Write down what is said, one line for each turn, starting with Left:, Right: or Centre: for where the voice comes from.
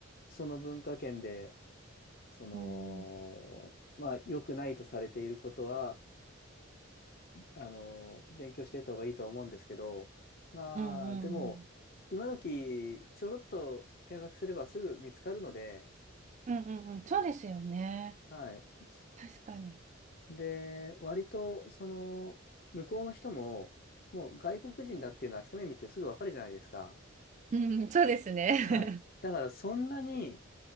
Left: その文化圏で、その、
Right: うん、
Left: まあ、良くないとされていることは、あの、勉強していった方がいいとは思うんですけど、まあ、
Right: うん、うん、
Left: でも、今時、ちょろっと検索すればすぐ見つかるので、
Right: うん、うん、うんうんそうですよね。
Left: はい。
Right: 確かに。
Left: で、割と、その、向こうの人も、もう外国人だっていうのは一目見てすぐわかるじゃないですか。
Right: うん、そうですね。
Left: はい。だから、そんなに